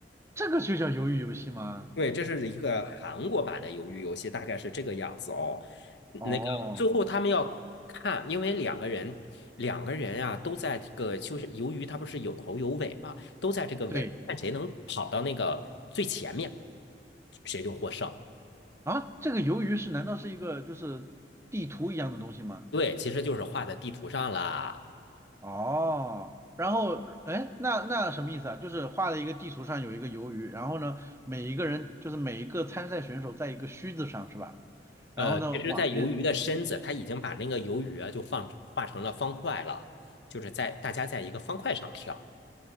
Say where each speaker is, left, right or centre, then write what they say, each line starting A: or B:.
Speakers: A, on the right (about 15°); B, on the left (about 80°).
A: 这个就叫鱿鱼游戏吗？
B: 对，这是一个韩国版的鱿鱼游戏，大概是这个样子哦。
A: 哦，
B: 那个最后他们要看，因为两个人两个人啊都在这个就是鱿鱼，它不是有头有尾嘛，都在这个尾，
A: 对
B: 看谁能跑到那个最前面，谁就获胜。
A: 啊，这个鱿鱼是难道是一个就是地图一样的东西吗？
B: 对，其实就是画在地图上了。
A: 哦，然后哎，那那什么意思啊？就是画了一个地图上有一个鱿鱼，然后呢，每一个人就是每一个参赛选手在一个须子上是吧？然后呢往前
B: 呃，其实，在鱿鱼的身子，它已经把那个鱿鱼啊，就放画成了方块了，就是在大家在一个方块上跳，